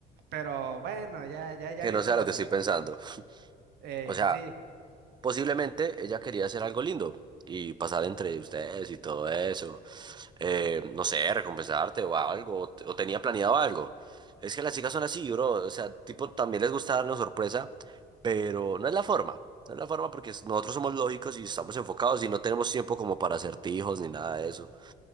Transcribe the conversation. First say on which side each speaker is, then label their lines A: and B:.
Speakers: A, on the right; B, on the right.
A: pero bueno, ya, ya, ya
B: Que
A: viéndola
B: no sea lo
A: así,
B: que estoy pensando.
A: eh,
B: O sea,
A: sí.
B: posiblemente ella quería hacer algo lindo y pasar entre ustedes y todo eso. eh, no sé, recompensarte o algo, o, t- o tenía planeado algo. Es que las chicas son así, bro, o sea, tipo, también les gusta darnos sorpresa, pero no es la forma, no es la forma porque es- nosotros somos lógicos y estamos enfocados y no tenemos tiempo como para acertijos ni nada de eso.